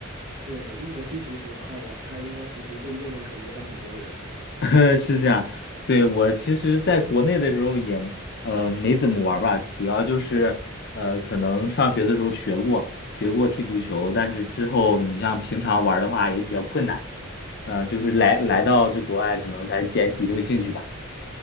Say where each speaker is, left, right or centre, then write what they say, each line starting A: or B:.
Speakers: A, on the right; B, on the left.
A: 对，英国踢足球的话，我猜应该随随便便都可以约到很多人。
B: <laughs> 是这样，对，我其实在国内的时候也，呃，没怎么玩儿吧，主要就是，呃，可能上学的时候学过，学过踢足球，但是之后你像平常玩儿的话也比较困难，呃，就是来来到这国外可能才捡起这个兴趣吧。